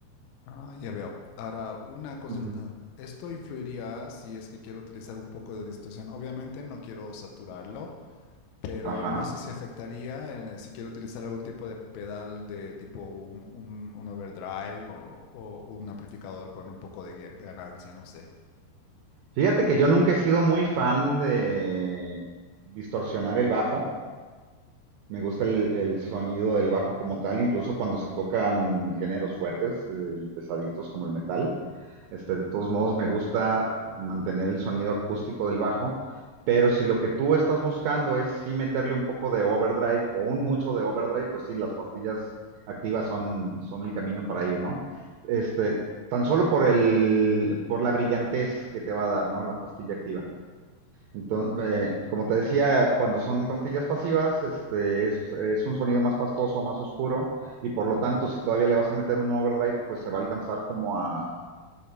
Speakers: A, on the left; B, on the right.
A: Ah, ya veo. Ahora, una consulta.
B: Ujú.
A: ¿Esto influiría si es que quiero utilizar un poco de distorsión? Obviamente no quiero saturarlo, pero
B: Ajá.
A: no sé si afectaría eh, si quiero utilizar algún tipo de pedal de tipo un, un- un overdrive o, o un amplificador con un poco de ga- ganancia, no sé.
B: Fíjate que yo nunca he sido muy fan de distorsionar el bajo. Me gusta el, el sonido del bajo como tal, incluso cuando se tocan géneros fuertes, eh, y pesaditos como el metal. Este, de todos modos, me gusta mantener el sonido acústico del bajo, pero si lo que tú estás buscando es sí meterle un poco de overdrive o un mucho de overdrive, pues sí, las pastillas activas son, son el camino para ir, ¿no? Este, tan solo por el, por la brillantez que te va a dar, ¿no? La pastilla activa. Entonces, eh, como te decía, cuando son pastillas pasivas, este, es, es un sonido más pastoso, más oscuro, y por lo tanto, si todavía le vas a meter un overdrive, pues se va a alcanzar como a,